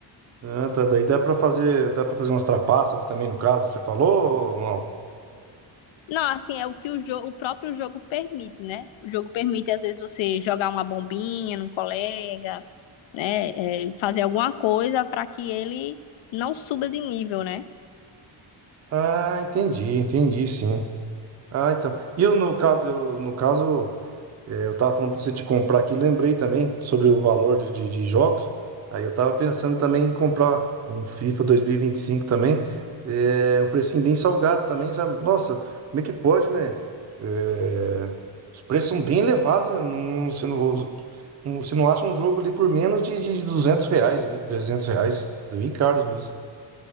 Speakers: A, on the right; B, on the left.
A: Ah, tá. Daí dá pra fazer, dá pra fazer umas trapaças também, no caso, você falou ou não?
B: Não, assim, é o que o, jo o próprio jogo permite, né? O jogo permite, às vezes, você jogar uma bombinha num colega, né? É, fazer alguma coisa para que ele não suba de nível, né?
A: Ah, entendi, entendi, sim. Ah, então. E eu, no caso, eu, no caso. É, eu tava falando pra você de comprar aqui, lembrei também sobre o valor de, de, de jogos. Aí eu tava pensando também em comprar um FIFA 2025 também. É, um precinho bem salgado também, sabe? Nossa, como é que pode, né? É, os preços são bem elevados, né? Não, você não, não- você não acha um jogo ali por menos de, de 200 reais, ali, 300 reais. Bem caros mesmo.